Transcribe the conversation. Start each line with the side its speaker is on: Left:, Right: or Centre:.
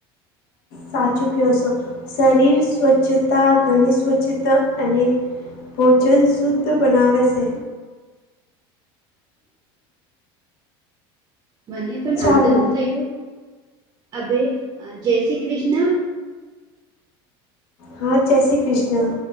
Left: સાચું કયો છો. શરીર સ્વચ્છતા ઘણી સ્વચ્છતા અને ભોજન શુદ્ધ બનાવે છે.
Right: મને પણ
Left: ચાલો
Right: આનંદ થયો અભે જય શ્રી કૃષ્ણ.
Left: હા જય શ્રી કૃષ્ણ.